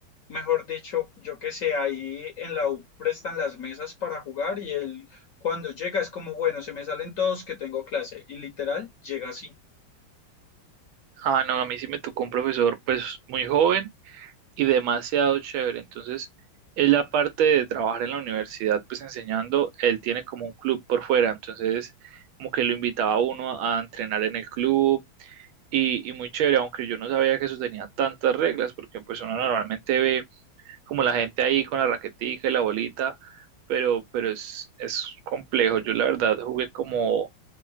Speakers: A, on the left; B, on the right.
A: mejor dicho, yo qué sé, ahí en la U prestan las mesas para jugar y él cuando llega es como, bueno, se me salen todos que tengo clase y literal llega así.
B: Ah, no, a mí sí me tocó un profesor pues muy joven y demasiado chévere. Entonces, él aparte de trabajar en la universidad pues enseñando, él tiene como un club por fuera. Entonces, como que lo invitaba a uno a entrenar en el club y, y muy chévere, aunque yo no sabía que eso tenía tantas reglas porque pues uno normalmente ve como la gente ahí con la raquetica y la bolita, pero, pero es, es complejo. Yo la verdad jugué como